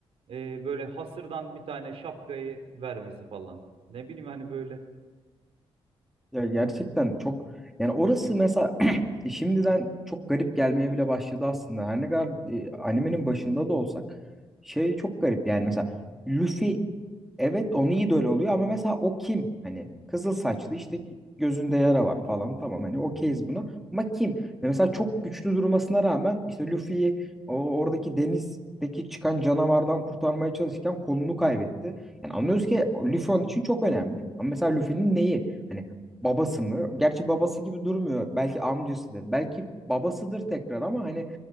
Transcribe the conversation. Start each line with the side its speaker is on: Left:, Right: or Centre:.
Right: e, böyle hasırdan bir tane şapkayı vermesi falan. Ne bileyim hani böyle
Centre: Ya gerçekten çok yani orası mesela <clears throat> şimdiden çok garip gelmeye bile başladı aslında. Her ne kadar e, animenin başında da olsak şey çok garip yani mesela Luffy evet onu idol oluyor ama mesela o kim? Hani kızıl saçlı işte gözünde yara var falan tamam hani okeyiz buna ama kim? Ve mesela çok güçlü durmasına rağmen işte Luffy'yi o oradaki denizdeki çıkan canavardan kurtarmaya çalışırken kolunu kaybetti. Yani anlıyoruz ki Luffy onun için çok önemli. Ama mesela Luffy'nin neyi? Hani babası mı? Gerçi babası gibi durmuyor. Belki amcasıdır. Belki babasıdır tekrar ama hani